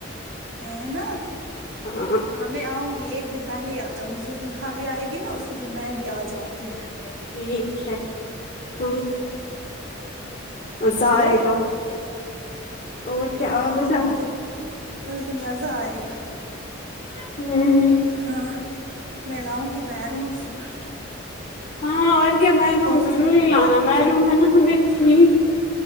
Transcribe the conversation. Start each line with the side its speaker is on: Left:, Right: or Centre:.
Right: ہے نا
Left: ہاں
Right: ہاں میں آؤں گی ایک دن پہلے ہی آ جاؤں گی جس دن خالی آئے گی نا اسی دن میں بھی آ جاؤں گی
Left: ٹھیک ہے ہ مزہ
Right: اور
Left: آئے گا اور کیا
Right: ہاں
Left: بتاؤ
Right: اس دن اس دن مزہ آئے گا
Left: ہوں
Right: ہاں میں لاؤں گی مہرون سوٹ
Left: ہاں اور کیا مہرون
Right: اور
Left: ضرور ہی لانا مہرون ہے نا ہمیں چھی